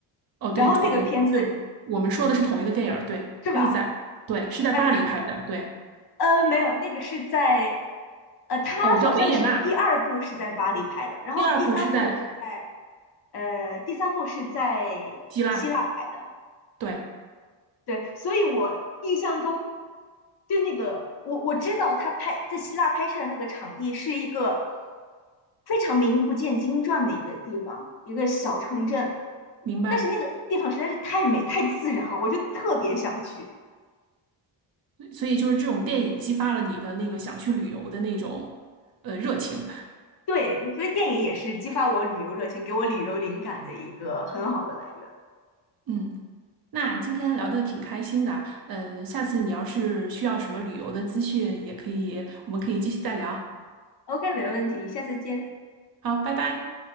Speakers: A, on the right; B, on the left.
A: 哦，对，
B: 然后那个片子
A: 我我就我们说的是同一个电影儿对，
B: 是吧？
A: 日在，对，是在巴黎拍的，
B: 爱在
A: 对，
B: 呃没有，那个是在呃，它好像是第二部是在巴黎拍的，
A: 哦，我知道维也纳，
B: 然后第三部是在
A: 第二部是在
B: 呃第三部是在
A: 希腊，
B: 希腊拍。
A: 对，
B: 对，所以我印象中就那个我我知道他拍在希腊拍摄的那个场地是一个非常名不见经传的一个地方，一个小城镇。
A: 明白。
B: 但是那个地方实在是太美、太自然了，我就特别想去。
A: 所以就是这种电影激发了你的那个想去旅游的那种呃热情，
B: 对，所以电影也是激发我旅游热情、给我旅游灵感的一个很好的来源。
A: 嗯。那今天聊的挺开心的，嗯，下次你要是需要什么旅游的资讯，也可以，我们可以继续再聊。
B: OK，没问题，下次见。
A: 好，拜拜。